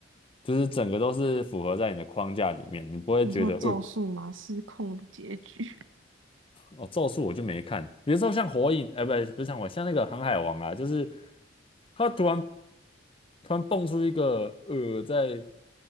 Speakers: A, on the left (about 30°); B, on the right (about 90°).
A: 就是整个都是符合在你的框架里面，你不会觉得，
B: 你说《咒术》吗？
A: 呃，
B: 失控的结局，
A: 哦，咒术我就没看，比如说像火影，哎、不，不是像火影像那个航海王啊，就是他突然突然蹦出一个呃，在